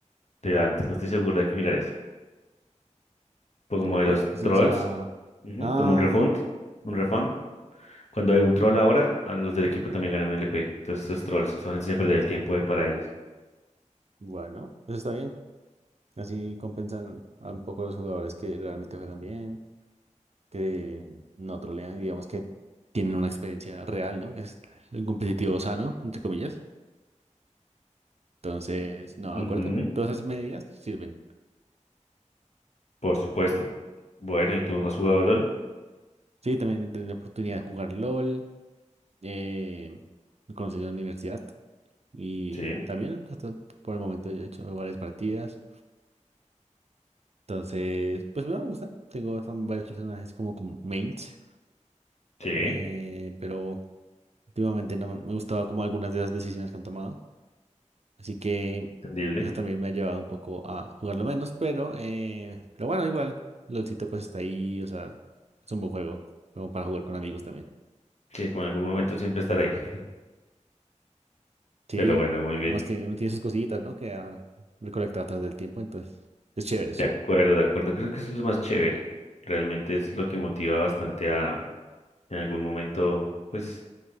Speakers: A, on the left; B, on the right.
A: de antes, no estoy seguro de que mirar eso. Pero
B: El
A: como
B: EP,
A: de los
B: como así?
A: trolls,
B: O sea,
A: ujú,
B: ah,
A: como un refund, un refund. Cuando hay un troll ahora, a los del equipo también ganan LP. Entonces esos trolls son siempre del tiempo de- para ellos.
B: bueno, eso está bien. Así compensan a un poco a los jugadores que realmente juegan bien. que no trolean, digamos que tienen una experiencia real, ¿no? Que es el competitivo sano, entre comillas. Entonces, no,
A: Ujú,
B: de acuerdo. Todas esas medidas sirven.
A: por supuesto. Bueno, ¿y tú has jugado LOL?
B: Sí, también tener la oportunidad de jugar LOL, eh, conocer la universidad y
A: Sí,
B: también hasta por el momento yo he hecho varias partidas. Entonces, pues me gusta. Tengo tam- varios personajes como, como mains,
A: sí,
B: eh, pero últimamente no me me ha gustado como algunas de las decisiones que han tomado. Así que
A: entendible.
B: eso también me ha llevado un poco a jugarlo menos, pero, eh, pero bueno, igual, LOLcito pues está ahí, o sea, es un buen juego, como para jugar con amigos también.
A: Sí, como en algún momento siempre estar ahí. <laughs>
B: Sí,
A: Pero bueno, muy bien.
B: además que uno tiene sus cosillitas, ¿no? Que ha recolectado a través del tiempo, entonces es chévere, es
A: De
B: chévere.
A: acuerdo, de acuerdo. Creo que eso es lo más chévere. Realmente es lo que motiva bastante a en algún momento, pues,